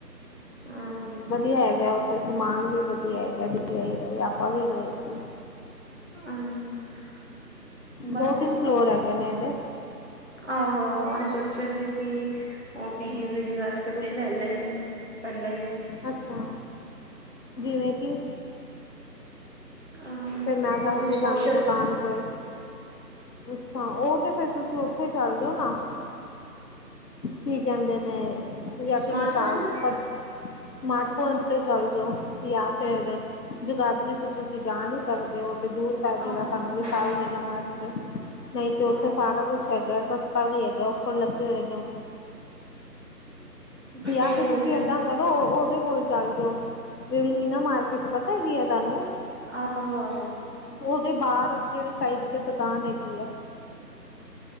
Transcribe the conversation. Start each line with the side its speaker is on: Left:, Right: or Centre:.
Right: ਆਹੋ
Left: ਹੂੰ ਵਦੀਆ ਹੈਗਾ ਸਮਾਨ ਵੀ ਵਦੀਆ ਹੈਗਾ <unintelligible> ਬਾਈ ਅਪਾਂ ਵੀ ਗਏ ਸੀ।
Right: <unintelligible> ਬਸ
Left: ਦੋ ਤਿੰਨ ਫਲੋਰ ਹੈਗੇ ਨੇ ਇਹਦੇ।
Right: ਆਹੋ- ਆਹੋ ਅਸੀਂ ਸੋਚਿਆ ਸੀ ਕਿ ਉਹ ਪੀਜੀ
Left: ਹਮ
Right: ਪੂਜੀ ਵਾਸਤੇ ਕੁਛ ਲੈ ਲੈ ਐ ਪੈਲਾਂ ਈ
Left: ਅੱਛਾ ਜਿਵੇਂ ਕਿ
Right: ਅ
Left: ਫੇਰ ਮੈਂ ਦੱਸਦੀ
Right: ਉਹ ਡਿਸ਼ਵੋਸ਼ਰ
Left: ਤੁਆਨੂ ਦੁਕਾਨ ਕੋਈ ਅੱਛਾ ਉਹ ਤੇ ਫੇਰ ਤੁਸੀਂ ਉੱਥੇ ਚੱਲ ਜੋ ਨਾ ਕੀ ਕਹਿੰਦੇ ਨੇ ਯਾ
Right: ਸਮਾਰਟ
Left: ਤੇ ਵਿਸ਼ਾਲ
Right: ਪੁਆਇੰਟ
Left: ਪਰ ਸਮਾਰਟ ਪੁਆਇੰਟ ਤੇ ਚੱਲ ਜੋ ਯਾਂ ਫੇਰ ਜਗਾਦਰੀ ਤੇ ਤੁਸੀਂ ਜਾ ਨਹੀਂ ਸਕਦੇ ਓ ਤੇ ਦੂਰ ਪੈ ਜੇਗਾ
Right: ਆਹੋ
Left: ਤੁਆਨੂ
Right: ਆਹੋ
Left: ਵਿਸ਼ਾਲ ਮੇਗਾ ਮਾਰਟ ਤੇ, ਨਹੀਂ ਤੇ ਉੱਥੇ
Right: ਆਹੋ
Left: ਸਾਰਾ ਕੁੱਛ ਹੈਗਾ ਸਸਤਾ ਵੀ ਹੈਗਾ ਉਪਰ ਲੱਗੇ ਹੋਏ ਨੇ
Right: ਚਲੋ
Left: ਯਾ ਫਿਰ
Right: ਦੇਖਦੇ
Left: ਤੁਸੀਂ
Right: ਹ
Left: ਏਦਾਂ ਕਰੋ। ਉਹਦੇ ਬੋਲ- ਚੱਲ ਜੋ ਜਿਹੜੀ ਮੀਨਾ ਮਾਰਕੀਟ ਪਤਾ ਹੈਗੀ ਹੈ। ਤੁਨੂੰ
Right: ਆਹੋ ਆਹੋ
Left: ਉਹਦੇ ਬਾਹਰ ਜਿਹੜੇ ਸਾਈਡ ਤੇ ਦੁਕਾਨ ਹੈਗੀ। <unintelligible>